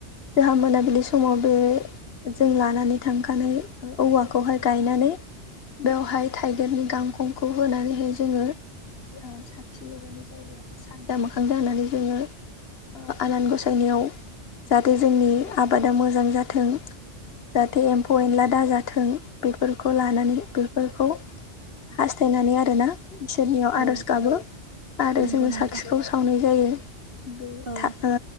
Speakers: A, on the left (about 55°); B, on the right (about 50°).
A: जोहा मोनाबिलि समाव बे जों लानानै थांखानाय ओ औवाखौहाय गायनानै बेवहाय थाइगिरनि गांखंखौ होनानैहाय जोङो औ साखि लगायनाय जायो आरो सान्जा मोखां जानानै जोङो ओ आनान गस - <unintelligible> जाहाथे जोंनि आबादा मोजां जाथों जाहाथे एम्फौ एनला दाजाथों बेफोरखौ लानानै बेफोरखौ हास्थायनानै आरोना इसोरनियाव
B: औ
A: आर'ज गाबो आरो
B: नंगौ
A: जोङो
B: नोंथां
A: साटिखौ सावनाय जायो। बे
B: औ
A: था ओ